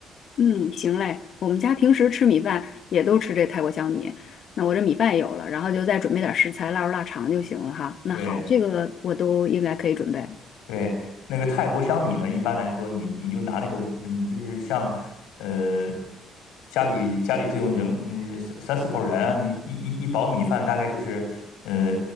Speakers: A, on the left; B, on the left.
A: 嗯，行嘞，我们家平时吃米饭也都吃这泰国香米，那我这米饭有了，然后就再准备点食材，腊肉、腊肠就行了哈。那好，
B: 对。
A: 这个我都应该可以准备。
B: 对，那个泰国香米呢，一般来说你，你就拿那个，你就是像，呃，家里家里这种人，嗯，三三四口人啊，你一一一包米饭大概就是，呃，